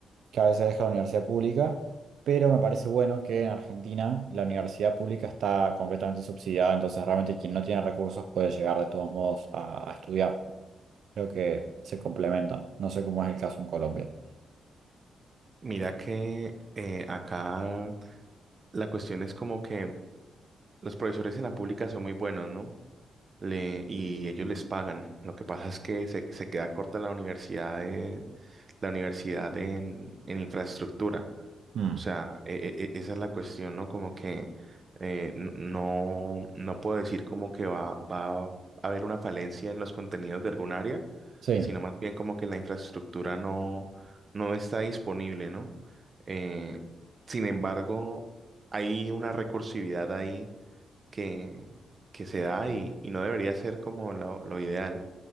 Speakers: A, on the right (about 75°); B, on the right (about 40°).
A: que a veces deja la universidad pública, pero me parece bueno que en Argentina la universidad pública está completamente subsidiada, entonces realmente quien no tiene recursos puede llegar de todos modos a, a estudiar. Creo que se complementan. No sé cómo es el caso en Colombia.
B: Mira que eh, acá la cuestión es como que los profesores en la pública son muy buenos, ¿no? le- y ellos les pagan. Lo que pasa es que se, se queda corta la universidad de, la universidad en, en infraestructura.
A: Mm,
B: O sea, e- e- e- esa es la cuestión, ¿no? Como que eh, n- no, no puedo decir como que va, va a haber una falencia en los contenidos de algún área,
A: Sí.
B: sino más bien como que la infraestructura no, no está disponible, ¿no? Eh, sin embargo, hay una recursividad ahí que, que se da y, y no debería ser como lo, lo ideal,